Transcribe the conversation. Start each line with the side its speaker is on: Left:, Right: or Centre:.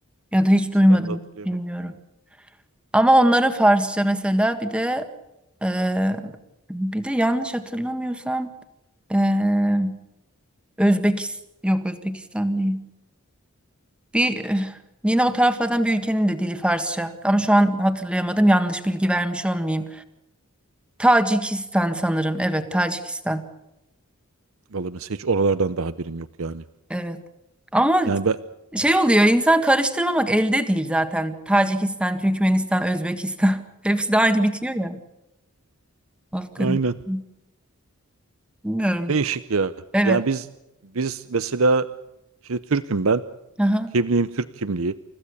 Centre: Ya da hiç
Right: Neyse
Centre: duymadım
Right: ben de hatırlayamadım.
Centre: bilmiyorum. Ama onların Farsça mesela bir de e, bir de yanlış hatırlamıyorsam e, Özbekistan yok Özbekistan değil. Bir eh, yine o taraflardan bir ülkenin de dili Farsça. Ama şu an hatırlayamadım. Yanlış bilgi vermiş olmayayım. Tacikistan sanırım. Evet, Tacikistan.
Right: Vallahi mesela hiç oralardan daha birim yok yani.
Centre: Evet. Ama
Right: Yani ben
Centre: şey oluyor, insan karıştırmamak elde değil zaten. Tacikistan, Türkmenistan, Özbekistan. <laughs> Hepsi de aynı bitiyor ya. Afganistan.
Right: <laughs> aynen.
Centre: Bilmiyorum.
Right: Değişik ya.
Centre: Evet.
Right: Yani biz biz mesela şimdi Türk'üm ben.
Centre: Aha.
Right: Kimliğim Türk kimliği.